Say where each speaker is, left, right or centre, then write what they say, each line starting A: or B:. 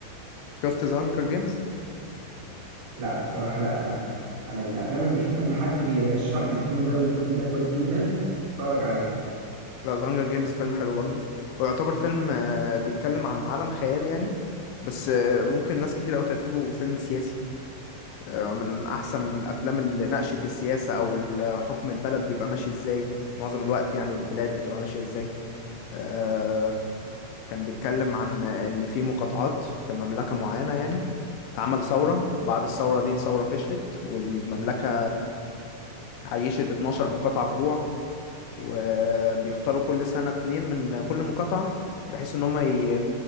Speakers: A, on the left; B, on the right.
A: شفت ذا هانجر جيمز
B: لا بصراحة لا أنا الأفلام اللي بشوفها إن حد بيرشح لي الفيلم ده والفيلم ده كويس جدا أتفرج عليه
A: لا زهانجر جيمز فيلم حلو برضه هو يعتبر فيلم آه، بيتكلم عن عالم خيال يعني بس آه، ممكن ناس كتير قوي تعتبره فيلم سياسي آه، من احسن الافلام اللي ناقشت السياسة او ال- حكم البلد بيبقى ماشي ازاي معظم الوقت يعني البلاد بتبقى ماشية ازاي آه، كان بيتكلم عن آه، ان في مقاطعات في مملكة معينة يعني اتعمل ثورة وبعد الثورة دي الثورة فشلت والمملكة عيشت 12 مقاطعة في جوع وبيختاروا كل سنة اتنين من كل مقاطعة بحيث ان هم ي...